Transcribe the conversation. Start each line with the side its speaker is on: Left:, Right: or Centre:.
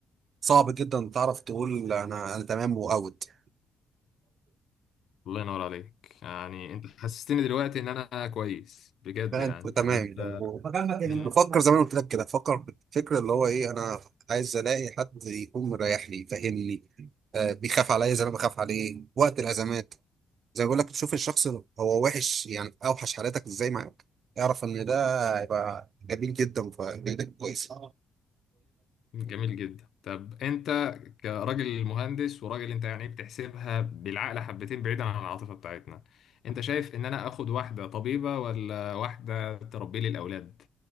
Right: صعب جدا تعرف تقول انا انا تمام واوت
Left: الله ينور عليك يعني انت حسستني دلوقتي ان انا كويس بجد
Right: لا
Left: يعني
Right: انت تمام
Left: يعني انت
Right: يعني هو-
Left: من
Right: بفكر زي ما أنا قلت لك كده بفكر بالفكره اللي هو ايه انا عايز الاقي حد يكون مريح لي فاهمني آه بيخاف عليا زي ما أنا بخاف عليه وقت الازمات زي ما بقول لك تشوف الشخص هو وحش يعني اوحش حالاتك ازاي معاك اعرف ان ده هيبقى جميل جدا فجدا كويس
Left: جميل جدا طب انت كراجل مهندس وراجل انت يعني بتحسبها بالعقل حبتين بعيدا عن العاطفة بتاعتنا انت شايف ان انا اخد واحدة طبيبة ولا واحدة تربي لي الاولاد